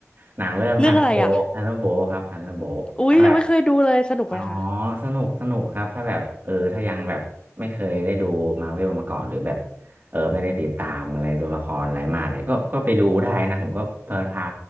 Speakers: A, on the right; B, on the left.
A: หนังเรื่องทันเดอร์โบ
B: เรื่องอะไรอะ
A: t ทันเดอร์โบ t ครับทันเดอร์โบ t
B: อุ๊ยยังไม่เคยดูเลยสนุกไหมคะ
A: ถ้าแบบ อ๋อสนุกสนุกครับ ถ้าแบบเออถ้ายังแบบไม่เคยได้ดูมาเวลมาก่อนหรือแบบเออไม่ได้ติดตามอะไรตัวละครอะไรมาเนี่ยก็ก็ไปดูได้นะผมก็เพลินพา